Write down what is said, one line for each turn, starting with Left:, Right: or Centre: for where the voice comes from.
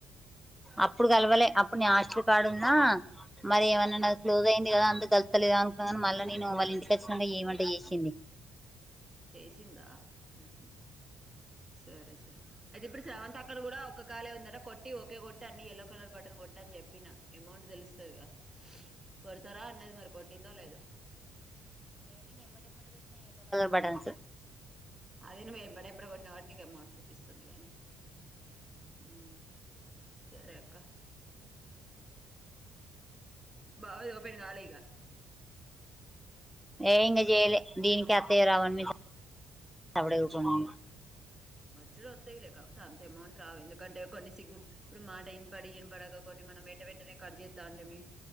Centre: అప్పుడు కలవలే అప్పుడు నేనూ ఆశ క పాడున్నా మరి ఏమన్నా నా క్లోజ్ అయింది కదా అందుకు కలుతలేదా అనుకున్నానీ మళ్ళీ నేను వాళ్ళ ఇంటికి వచ్చినక ఏమంటే చేసింది
Right: చేసిందా ఉహు సరే సరే అయితే ఇప్పుడు స్రవంతి అక్క కూడా ఒక కాలే ఉందట కొట్టి ఓకే కొట్టి అన్ని ఎల్లో కలర్ బటన్ కొట్ట అని చెప్పిన అమౌంట్ తెలుస్తదిగా కొడతారా అన్నది మరి కొట్టిందో లేదో
Centre: బట్టన్స్
Right: అదిే నువు ఎంబాటి ఎంబటి కొట్టినావ్ నీకు అమౌంట్ స్తుంది కాని హ్మ్మ్ సరే అక్క బావ ఓపెన్ కాలే ఇన్ దా
Centre: ఏ ఇం చేయలే దీనికి అత్తయో రావో అని మేం సప్పుడేంక ఉకున్నాం
Right: వచ్చుడు వత్తాయిలే కాకపోతే అంత అమౌంట్ రావు ఎందుకంటే కొన్ని సిగ్ ఇప్పుడు మాట ఇన పడి ఈన పడగా కొన్ని మనం వెంట వెంటనే కట్ చేస్త అండి మీ